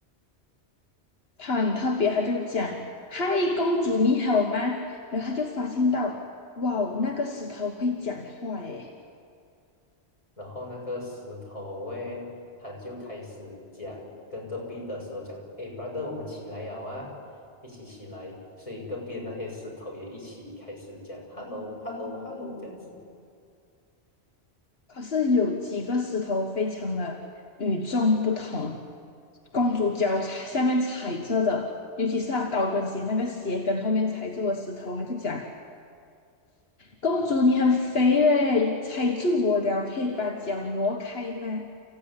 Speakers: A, on the left; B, on the left.
A: 他很特别，他就讲：“嗨，公主你好吗？”然后他就发现到，哇哦，那个石头会讲话诶，
B: 然后那个石头诶，他就开始讲，跟隔壁的石头讲，诶，brother，我们起来呀，啊，一起起来。所以隔壁的那些石头也一起开始讲，hello，hello，hello 这样子。
A: 可是有几个石头非常的与众不同。公主脚踩下面踩着的，尤其是她高跟鞋那个鞋跟后面踩住的石头，她就讲：“公主你很肥嘞，踩住我了，可以把脚挪开吗？”